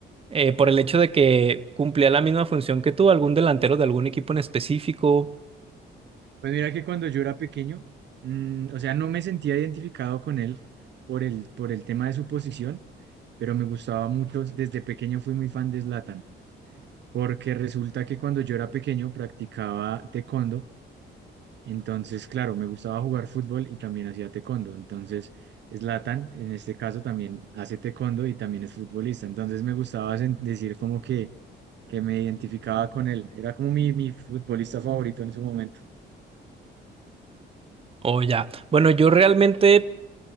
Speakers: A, on the right; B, on the right.
A: eh, por el hecho de que cumplía la misma función que tú, algún delantero de algún equipo en específico?
B: Pues mira que cuando yo era pequeño, mm, o sea, no me sentía identificado con él por el, por el tema de su posición pero me gustaba mucho. Desde pequeño fui muy fan de Zlatan, porque resulta que cuando yo era pequeño practicaba taekwondo, entonces, claro, me gustaba jugar fútbol y también hacía taekwondo. Entonces, Zlatan, en este caso, también hace taekwondo y también es futbolista. Entonces, me gustaba sen- decir como que, que me identificaba con él. Era como mi, mi futbolista favorito en ese momento.
A: O ya. Bueno, yo realmente,